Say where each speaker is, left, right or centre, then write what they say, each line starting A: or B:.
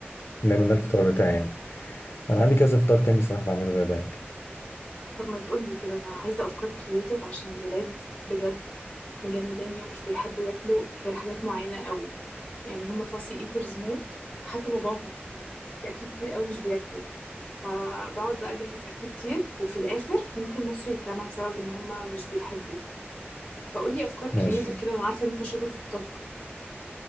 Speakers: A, on the left; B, on the left.
A: دايما ده الفطار بتاعي يعني انا عندي كذا فطار تاني صراحه بعمله غير ده يعني
B: طب ما تقولي كده انا عايزه افكار كرييتيف عشان الولاد بجد مجنناني ومش بيحبوا ياكلوا غير حاجات معينه قوي يعني هم فاسي ايترز موت حتى باباهم في اكل كتير قوي مش بياكلوا فبقعد بقى اجهز اكل كتير وفي الاخر ممكن نصه يترمى بسبب ان هم مش بيحبوه فقولي افكار كرييتيف
A: ماشي
B: كده انا عارفه ان انت شاطر في الطبخ